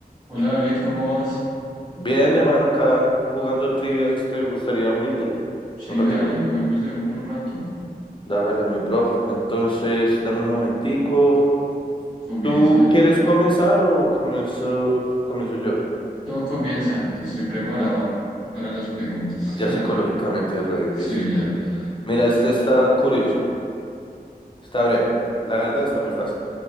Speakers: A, on the right; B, on the left.
A: Hola David, ¿cómo vas?
B: Bien, mi hermano, acá jugando trivias, ¿te gustaría unirte?
A: Sí,
B: ¿Un ratico?
A: dale, juguemos de uno un rato.
B: Dágale, mi bro. Entonces, dame un momentico.
A: Comienza
B: ¿Tú
A: de uno.
B: quieres comenzar o comienzo, comienzo yo?
A: No, comienza, que estoy preparado para las preguntas.
B: Ya
A: <laughs>
B: psicológicamente re listo.
A: Sí, ya,
B: Mira, este está curioso, está breve. La verdad está muy fácil